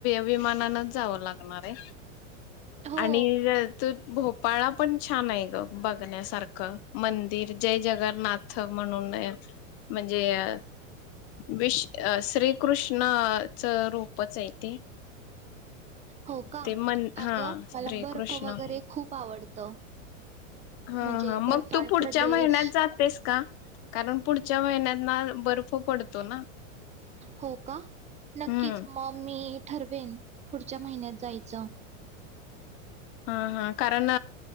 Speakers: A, on the left (about 35°); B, on the right (about 15°).
A: विमानानच जावं लागणार आहे.
B: हो
A: आणि तू भोपाळला पण छान आहे ग. बघण्यासारखं मंदिर जय जगन्नाथ म्हणून हाय म्हजे अ विश् श्रीकृष्ण ना च रूपच हाय.
B: हो का
A: ते मन हा
B: अग
A: श्रीकृष्ण
B: मला बर्फ वगैरे खूप आवडत
A: हा
B: म्हणजे
A: हा मग
B: बर्फाळ
A: तू पुढच्या
B: प्रदेश
A: महिन्यात जातेस का? कारण पुढच्या महिन्याना बर्फ पडतो ना
B: हो का नक्कीच
A: हम्म
B: म मी ठरवेन पुढच्या महिन्यात जायचं
A: हा हा कारण